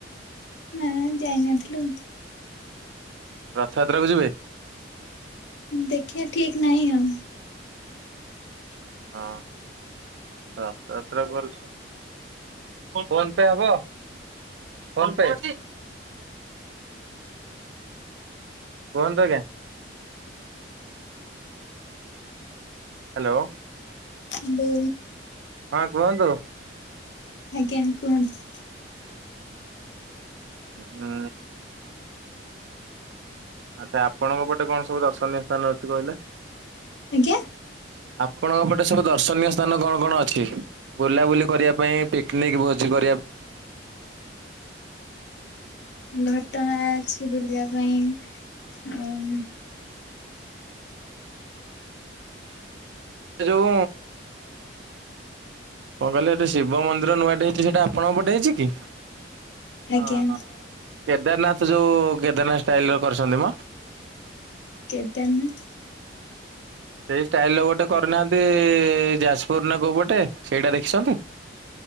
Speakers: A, on the left; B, on the right.
A: ହଁ ଯାଇନଥିଲୁ।
B: ରଥଯାତ୍ରାକୁ ଯିବେ?
A: ଦେଖିବା ଠିକ୍ ନାହିଁ ଆଉ।
B: ହଁ ରଥଯାତ୍ରା କୁ ଫୋନ୍ ପେ ହବ ଫୋନ୍ ପେ? କୁହନ୍ତୁ ଆଜ୍ଞା। ହ୍ୟାଲୋ।
A: ହ୍ୟାଲୋ।
B: ହଁ କୁହନ୍ତୁ।
A: ଆଜ୍ଞା କୁହନ୍ତୁ।
B: ହୁଁ ଆଚ୍ଛା ଆପଣଙ୍କ ପଟେ କଣ ସବୁ ଦର୍ଶନୀୟ ସ୍ଥାନ ଅଛି କହିଲେ?
A: ଆଜ୍ଞା।
B: ଆପଣଙ୍କ ପଟେ ସବୁ ଦର୍ଶନୀୟ ସ୍ଥାନ କଣ କଣ ଅଛି? ବୁଲାବୁଲି କରିବା ପାଇଁ ପିକନିକ୍ ଭୋଜି କରିବା ପାଇଁ।
A: ଘଟଗାଁ ଅଛି ବୁଲିବା ପାଇଁ ଆଉ
B: ସେ ଯୋଉ କଣ କହିଲେ ଗୋଟେ ଶିବ ମନ୍ଦିର ନୂଆଟେ ହେଇଛି ସେଟା ଆପଣଙ୍କ ପଟେ ହେଇଛି କି? ହ
A: ଆଜ୍ଞା
B: ହ କେଦାରନାଥ ଯୋଉ କେଦାରନାଥ ଷ୍ଟଇଲରେ କରିଛନ୍ତି ମ।
A: କେଦାରାନାଥ
B: ସେଇ ଷ୍ଟାଇଲ ରେ ଗୋଟେ କରିନାହାନ୍ତି ଯାଜପୁର ନା କୋଉ ପଟେ ସେଇଟା ଦେଖିଛନ୍ତି?